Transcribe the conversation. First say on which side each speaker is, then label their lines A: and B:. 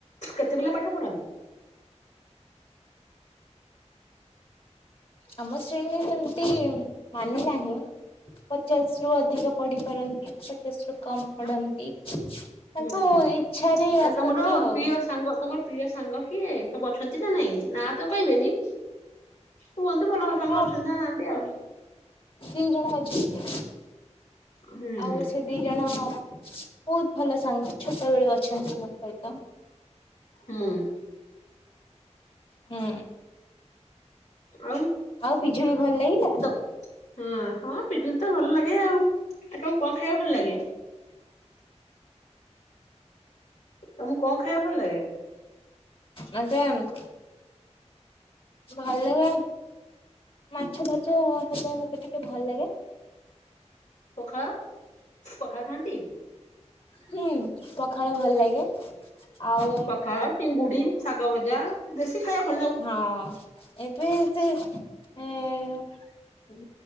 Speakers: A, on the left; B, on the left.
A: କେତେପିଲା ପାଠ ପଢନ୍ତି?
B: ଆମ ଶ୍ରେଣୀ ସେମିତି ମାନେ ନାହିଁ। ପଚାଶ ରୁ ଅଧିକ ପଢିପାରନ୍ତି ପଚାଶ ରୁ କମ ପଢନ୍ତି। ତାଙ୍କ
A: ହୁଁ ହୁଁ
B: ଇଚ୍ଛାରେ
A: ଆଉ
B: ଆସନ୍ତି
A: ତମର
B: ଆଉ
A: ପ୍ରିୟ ସାଙ୍ଗ ତମ ପ୍ରିୟ ସାଙ୍ଗ କିଏ ସବୁ ଅଛନ୍ତି ନା ନାଇଁ ନା ତ କହିବେନି। କୁହନ୍ତୁ ଭଲ ଭଲ ସାଙ୍ଗ
B: ହଁ
A: ଅଛନ୍ତି ନା ନାହାନ୍ତି ଆଉ।
B: ଦି ଜଣ ଅଛନ୍ତି।
A: ହୁଁ
B: ଆଉ
A: ହୁଁ
B: ସେ ଦି ଜଣ ବହୁତ ଭଲ ସାଙ୍ଗ ଛୋଟ ବେଳୁ ଅଛନ୍ତି ମୋ ସହିତ।
A: ହୁଁ।
B: ହୁଁ
A: ଆଉ
B: ଆଉ ପିଜୁଳି ଭଲ ଲାଗିଲା।
A: ତ ହଁ ହଁ ପିଜୁଳି ତ ଭଲ ଲାଗେ ଆଉ, ଆପଣଙ୍କୁ କଣ ଖାଇବାକୁ ଭଲ
B: ହୁଁ
A: ଲାଗେ? ତମକୁ କଣ ଖାଇବା ଭଲ ଲାଗେ?
B: ମତେମ୍ ଭଲ ଲାଗେ ମାଛ ଫାଛ ହେଲେ ମତେ ଟିକିଏ ଭଲ ଲାଗେ।
A: ପଖାଳ ପଖାଳ ଖାଆନ୍ତି?
B: ହୁଁ ପଖାଳ ଭଲ ଲାଗେ। ଆଉ
A: ପଖାଳ ଟିଙ୍ଗୁଡି ଶାଗ ଭଜା ଦେଶୀ ଖାଇବା ଭ
B: ହଁ ଏବେ ସେ ଏଁ